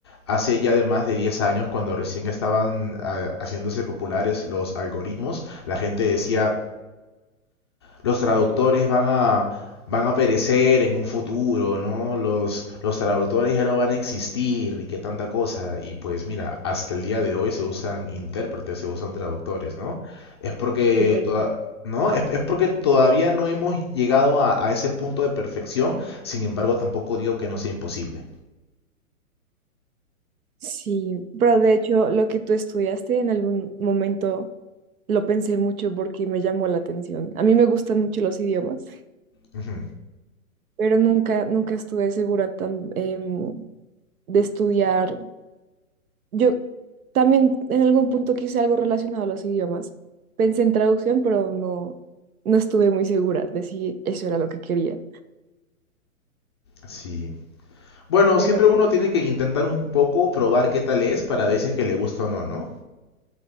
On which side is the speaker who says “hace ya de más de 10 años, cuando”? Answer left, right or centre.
Left